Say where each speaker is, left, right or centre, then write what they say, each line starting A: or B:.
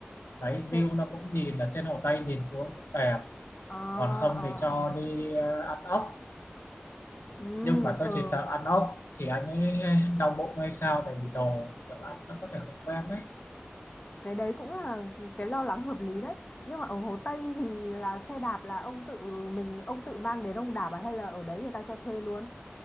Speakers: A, on the left; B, on the left.
A: đấy
B: Thế
A: view nó cũng nhìn ở trên Hồ Tây nhìn xuống cũng đẹp
B: ờ
A: còn không
B: ờ
A: thì cho
B: ờ.
A: đi ờ, ăn ốc
B: Ừ,
A: nhưng mà
B: ờ.
A: tôi chỉ sợ ăn ốc thì anh ấy đau bụng hay sao tại vì đồ kiểu ăn nó có thể không quen đấy
B: cái đấy cũng là cái lo lắng hợp lý đấy nhưng mà ở Hồ Tây thì là xe đạp là ông tự mình ông tự mang đến ông đạp à hay là ở đấy người ta cho thuê luôn